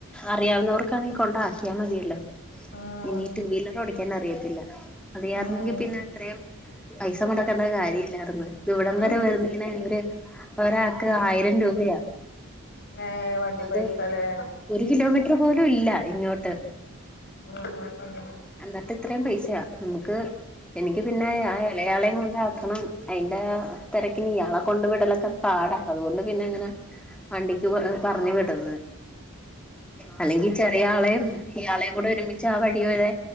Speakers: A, in the centre; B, on the left.
A: അറിയാവുന്നവർക്കാണെങ്കിൽ കൊണ്ട ആക്കിയാൽ മതിയല്ലോ.
B: ഉം
A: ഇനി ടു വീലർ ഓടിക്കാൻ അറിയത്തില്ല അറിയാർന്നെങ്കി
B: ഉം
A: പിന്നെ. ഇത്രയും പൈസ മുടക്കേണ്ട കാര്യം ഇല്ലായിരുന്നു ഇവിടം
B: ഉം
A: വരെ വരുന്നന് അവര്. ഒരാൾക്ക് ആയിരം രൂപയാ.
B: ഏഹ് വണ്ടി
A: അത്
B: പൈസല്ലേ.
A: ഒരു കിലോമീറ്റർ പോലും ഇല്ല ഇങ്ങോട്ട്.
B: അങ്ങനെ
A: എന്നിട്ട് ഇത്രയും പൈസയാ നമുക്ക്. എനിക്ക് പിന്നെ ആ ഇളയാളെയും കൊണ്ടാക്കണം അയിന്റെ തിരക്കിന് ഇയാളെ കൊണ്ട് വിടലൊക്കെ. പാടാ അതുകൊണ്ട് പിന്നെ ങ്ങനെ വണ്ടിക്ക് പറ പറഞ്ഞു വിടന്നത്. അല്ലെങ്കി ചെറിയ ആളെയും ഇയാളെയും കൂടെ ഒരുമിച്ച് ആ വഴി. ഇവരെ